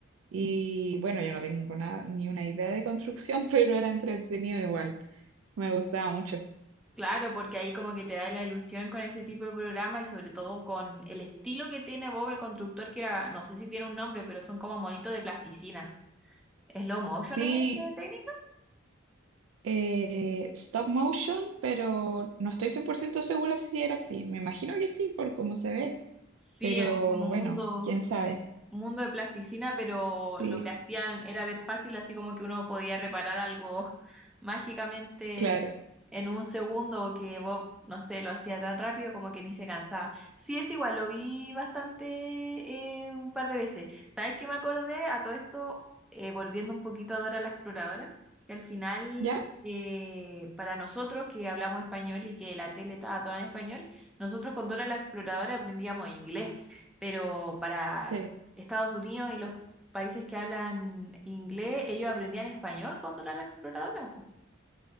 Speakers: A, on the right; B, in the centre.
A: Y bueno, yo no tengo nada, ni una idea de construcción, <laughs> pero era entretenido igual. Me gustaba mucho.
B: Claro, porque ahí como que te da la ilusión con ese tipo de programa y sobre todo con el estilo que tiene Bob el constructor, que era, no sé si tiene un nombre, pero son como monitos de plasticina. ¿Slow motion
A: Sí,
B: es esa técnica?
A: eh, stop motion, pero no estoy 100% segura si era así. Me imagino que sí, por cómo se ve,
B: Sí,
A: pero
B: eran como mundo
A: bueno, quién sabe.
B: de, mundo de plasticina, pero
A: Sí,
B: lo que hacían era ver fácil, así como que uno podía reparar algo <laughs> mágicamente
A: claro.
B: en un segundo, o que Bob, no sé, lo hacía tan rápido como que ni se cansaba. Sí, es igual, lo vi bastante eh, un par de veces. ¿Sabes qué me acordé? A todo esto, eh, volviendo un poquito a Dora la Exploradora, que al final,
A: ¿Ya?
B: eh, para nosotros que hablamos español y que la tele estaba toda en español, nosotros con Dora la Exploradora aprendíamos inglés, pero para
A: Sí,
B: Estados Unidos y los países que hablan inglés, ellos aprendían español con Dora la Exploradora, pues.